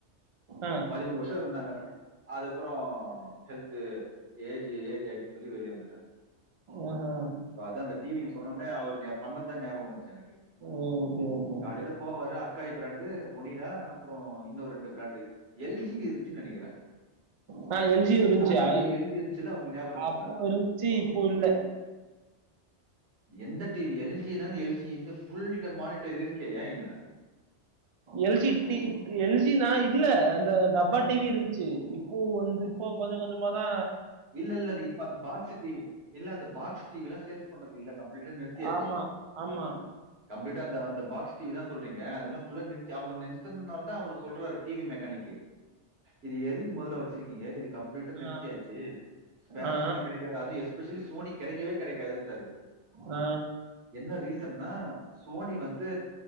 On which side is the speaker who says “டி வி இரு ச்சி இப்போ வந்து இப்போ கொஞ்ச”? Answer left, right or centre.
Right